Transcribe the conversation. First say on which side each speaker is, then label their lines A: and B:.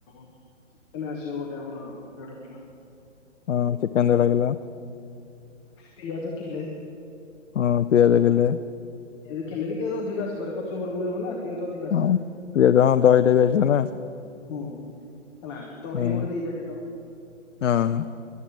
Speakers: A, on the left (about 20°); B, on the left (about 75°).
A: ଚିକେନ୍ ଆସିବ ଗୋଟେ ଆମର ଦେଢ କିଲ।
B: ହଁ ଚିକେନ୍ ଦେଢ କିଲ।
A: ପିଆଜ କିଲେ
B: ହଁ ପିଆଜ କିଲେ
A: ପିଆଜ କିଲେ କି ପିଆଜ ଅଧିକ ଆସିପାରେ କଚମ୍ବର ପୁଣି ହବ ନା ପିଆଜ ଅଧିକ ଆସିପାରେ।
B: ହଁ। ପିଆଜ ହଁ ଦହିଟାବି ଆସିବ ନା?
A: ହୁଁ ହେଲା ଦହି
B: ହୁଁ
A: ଗୋଟେ ଦି ପ୍ୟାକେଟ।
B: ହଁ।